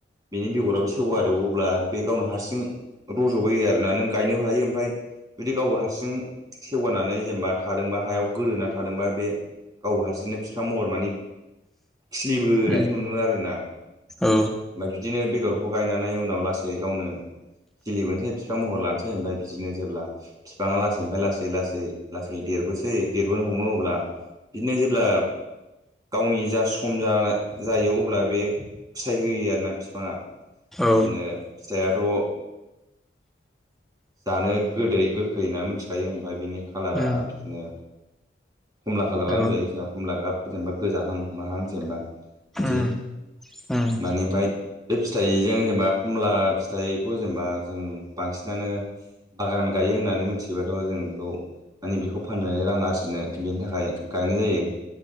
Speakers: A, on the right; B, in the centre.
A: बेनि बेगराबो सेवो आरो अब्ला बे गावनो हारसिं रज'बोयो आरोना नों गायनोबो हायो ओमफफ्राय जुदि गावबो हारसिं सेेवगानानै जेनेबा थादोंबा हायाव गोदोनानै थादोंबा बे गावबो हारसिंनो बिफां महर मानि खिलिबोनायखौ
B: उम
A: नुनो मोनो आरोना ओमफ्राय
B: औ
A: बिदिनो बेगरखौ गायनानै उनाव लासै गावनो खिलिबोनसै बिफां महर लानोसै ओमफफ्राय बिदिनो जेब्ला बिफाङा लासैनिफ्राय लासै लासै लासै लासै देरबोसै देरबोनो हमो अब्ला बिदिनो जेब्ला गावनि जा सम जायो अब्ला बे फिथाइ होयो आरोना बिफाङा बिदिनो
B: औ
A: फिथायाथ' जानो गोदै गोखै होनना मिथिखायो ओमफफ्राय बिनि कालारा
B: उम
A: बिदिनो खमला खालारानो
B: औ
A: जायो जेनबा खमला गाब जेनेबा गोजाहां माहां जेनेबा बिदि
B: उम उम
A: मानिमाय बे फिथाइजों जेनेबा खमला फिथाइखौ जेनेबा जों बांसिनानो बागान गायो होननानै मिथिबाथ' जों बेखौ माने बेखौ फाननानै रां आरजिनो बेनि थाखाय गायनाय जायो